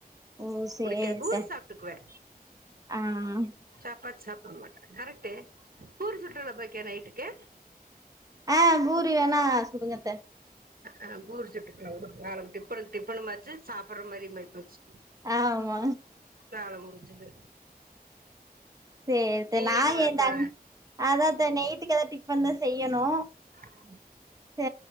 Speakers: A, on the right; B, on the right.
A: ஓ சேரித்த
B: புடிக்காது பூரி சாப்ட்டுக்குவே
A: ஆ ம்
B: சாப்பாத் சாப்புட மாட்ட கரெக்டே பூரி சுட்டல பாக்கிய நைட்டுக்கு
A: ஆ பூரி வேணா சுடுங்கத்தே
B: ஆ பூரி சுட்டுகல உடு கால டிப்பனுக்கு டிப்பனு மாச்சி சாப்புற மாரி மாி போச்சி
A: ஆமா
B: வேல முடிஞ்சுது
A: சேரித்த
B: நீ
A: நா
B: என்ன பண்ண
A: என்ங்
B: போற
A: அதாத்தே நைட்டுக்கு ஏன டிஃபன் தா செய்யுணு
B: உ <inaudible>
A: ஹ